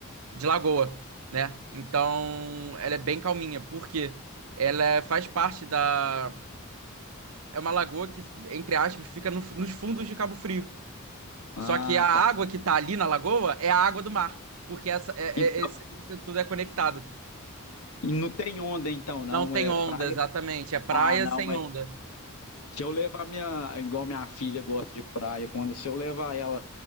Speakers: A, on the right; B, on the left.
A: de lagoa, né? Então, ela é bem calminha, porque ela é- faz parte da. É uma lagoa que, entre aspas, fica no- nos fundos de Cabo Frio.
B: ah,
A: Só que a água
B: tá.
A: que tá ali na lagoa é a água do mar, porque essa, é,
B: Então,
A: é- esse- isso tudo é conectado.
B: E não tem onda então,
A: Não
B: não.
A: tem
B: É
A: onda,
B: praia.
A: exatamente. É praia
B: Ah, não,
A: sem
B: mas
A: onda.
B: se eu levar minha. Igual minha filha gosta de praia, quando se eu levar ela